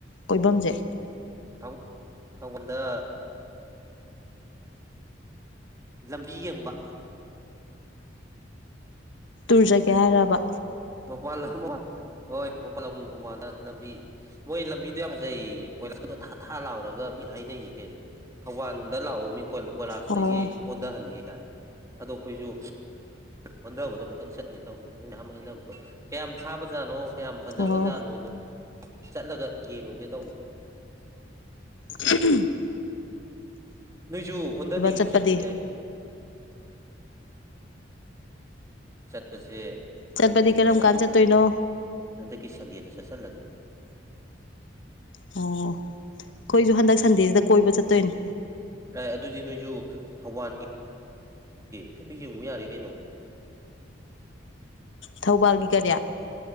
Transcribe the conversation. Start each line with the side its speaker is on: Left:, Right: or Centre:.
Left: ꯀꯣꯏꯐꯝꯁꯦ
Right: ꯊꯧ ꯊꯧꯕꯥꯜꯗ ꯂꯝꯕꯤ ꯌꯦꯡꯕ
Left: ꯇꯨꯔꯖꯒꯦ ꯍꯥꯏꯔꯕ
Right: ꯃꯄꯥꯟ ꯍꯣꯏ ꯃꯣꯏ ꯄꯜꯂꯧ ꯊꯧꯕꯥꯜꯗ ꯂꯝꯕꯤ ꯃꯣꯏ ꯂꯝꯕꯤꯗꯣ ꯌꯥꯝ ꯐꯖꯩꯌꯦ ꯀꯗꯣ ꯊꯥ ꯊ ꯂꯥꯎꯔꯒ ꯃꯤ ꯍꯥꯏꯅꯩꯅꯤ ꯀꯩꯅꯣ ꯊꯧꯕꯥꯜꯗ ꯂꯥꯛꯑꯣ ꯃꯤꯣ ꯀꯣꯂꯥꯁꯇꯒꯤ
Left: ꯑꯣ
Right: ꯑꯣꯟꯊꯍꯟꯒꯦ ꯀꯥꯏ ꯑꯗꯣ ꯑꯩꯈꯣꯏꯁꯨ ꯑꯣꯟꯊꯕꯗꯣ ꯑꯝꯇꯪ ꯆꯠ ꯇꯧꯅꯤ ꯃꯣꯏ ꯅꯍ ꯑꯃ ꯍꯩꯅꯕꯗꯣ ꯀꯌꯥꯝ ꯊꯥꯕꯖꯥꯠꯅꯣ ꯀꯌꯥꯝ ꯐꯖꯕꯖꯥꯠꯅꯣꯗꯣ
Left: ꯑꯣ
Right: ꯆꯠꯂꯒ ꯌꯦꯡꯉꯨꯒꯦ ꯇꯧꯕ
Left: ꯁꯤꯇ
Right: ꯅꯣꯏꯁꯨ ꯑꯣꯟꯊꯅꯤꯡꯉꯤꯗꯤ
Left: ꯆꯠꯄꯗꯤ
Right: ꯆꯠꯂꯨꯕ ꯌꯥꯏ ꯆꯠꯄꯁꯦ
Left: ꯆꯠꯄꯗꯤ
Right: ꯍꯟꯗꯛꯀꯤ
Left: ꯀꯔꯝ
Right: ꯁꯟꯗꯦ
Left: ꯀꯥꯟ ꯆꯠꯇꯣꯏꯅꯣ
Right: ꯍꯟꯗꯛꯀꯤ ꯁꯟꯗꯦꯗꯠ ꯆꯁ ꯂꯅꯤ
Left: ꯑꯣ ꯑꯩꯈꯣꯏꯁꯨ ꯍꯟꯗꯛ ꯁꯟꯗꯦꯁꯤꯗ ꯀꯣꯏꯕ ꯆꯠꯇꯣꯏꯅꯦ
Right: ꯑꯦ ꯑꯗꯨꯗꯤ ꯅꯣꯏꯁꯨ ꯊꯧꯕꯥꯜꯒꯤ ꯀꯩꯅꯣ ꯌꯦꯡꯉꯨ ꯌꯥꯔꯦ ꯀꯩꯅꯣ
Left: ꯊꯧꯕꯥꯜꯒꯤ ꯒꯥꯔꯤꯌꯥ